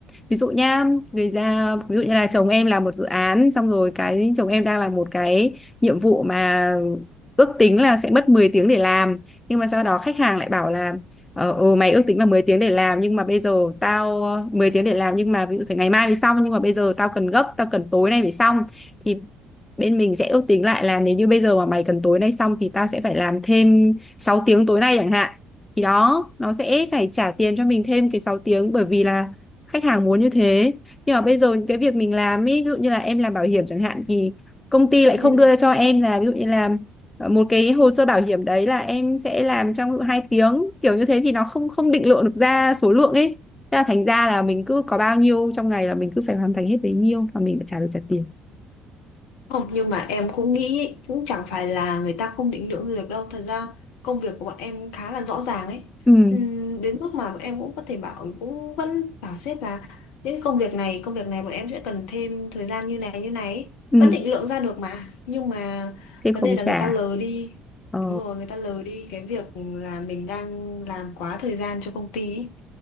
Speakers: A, on the left; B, on the left.
A: ví dụ nha người ra ví dụ như là chồng em làm một dự án xong rồi cái chồng em đang làm một cái nhiệm vụ mà ước tính là sẽ mất 10 tiếng để làm nhưng mà sau đó khách hàng lại bảo là ờ ừ, mày ước tính là 10 tiếng để làm nhưng mà bây giờ tao ờ, mười tiếng để làm nhưng mà ví dụ phải ngày mai mới xong nhưng mà bây giờ tao cần gấp tao cần tối nay phải xong thì bên mình sẽ ước tính lại là nếu như bây giờ mà mày cần tối nay xong thì tao sẽ phải làm thêm 6 tiếng tối nay chẳng hạn thì đó nó sẽ phải trả tiền cho mình thêm cái 6 tiếng bởi vì là khách hàng muốn như thế nhưng mà bây giờ những cái việc mình làm ý, ví dụ như là em làm bảo hiểm chẳng hạn thì công ty lại
B: Ừ.
A: không đưa cho em là ví dụ như là Ờ, một cái hồ sơ bảo hiểm đấy là em sẽ làm trong 2 tiếng kiểu như thế thì nó không không định lượng được ra số lượng ấy Thế là thành ra là mình cứ có bao nhiêu trong ngày là mình cứ phải hoàn thành hết bấy nhiêu và mình phải trả được trả tiền
B: Không, nhưng mà em cũng nghĩ ấy, cũng chẳng phải là người ta không định lượng gì được đâu. Thật ra công việc của bọn em khá là rõ ràng ấy.
A: ừ
B: Ừm, đến mức mà bọn em cũng có thể bảo cũng vẫn bảo sếp là những cái công việc này, công việc này bọn em sẽ cần thêm thời gian như này như này ấy.
A: ừ
B: Vẫn định lượng ra được mà. Nhưng mà
A: thế
B: vấn
A: không
B: đề là
A: trả
B: người ta lờ đi.
A: ờ,
B: Đúng rồi, người ta lờ đi cái việc là mình đang làm quá thời gian cho công ty ấy.